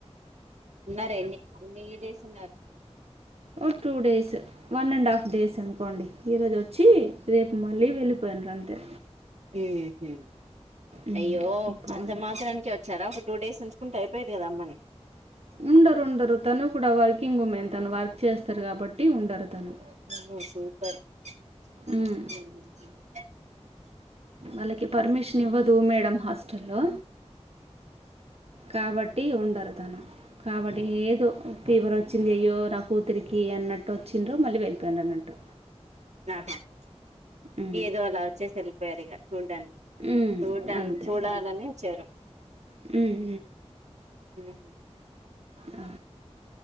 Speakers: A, on the right; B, on the right.
A: ఉన్నారు ఎన్ని ఎన్ని డేస్ ఉన్నారు
B: ఓ two days one and half days అనుకోండి ఈరోజ వచ్చి రేపు మళ్ళీ వెళ్ళిపోయిరూ అంతే
A: మ్మ్ హ్మ్
B: ఉమ్,
A: అయ్యో
B: ఎక్కువ
A: అంత
B: వాళ్ళు.
A: మాత్రానికే వచ్చారా ఒక టూ డేస్ ఉంచుకుంటే అయిపోయేది కదా అమ్మని
B: ఉండరు ఉండరు తను కూడా వర్కింగ్ ఉమెన్ తను వర్క్ చేస్తారు కాబట్టి ఉండరు తను
A: <inaudible>
B: ఉమ్, వాళ్ళకి పర్మిషన్ ఇవ్వదు మేడం హాస్టల్లో కాబట్టి ఉండరు తను కాబట్టి ఫీవర్ వచ్చింది అయ్యో నా కూతురికి కే అన్న అ వచ్చిరూ మళ్ళీ వెళ్ళిపోయి అన్నంటు
A: ఆహాహ
B: ఉమ్,
A: ఏదో అలా వచ్చేసరి వెరీ గుడ్ చూడ్డాన్ని
B: ఉమ్,
A: చూడా
B: అంతే
A: చూడాలని వచ్చారు
B: ఉమ్,
A: మ్మ్ హ్మ్
B: ఆ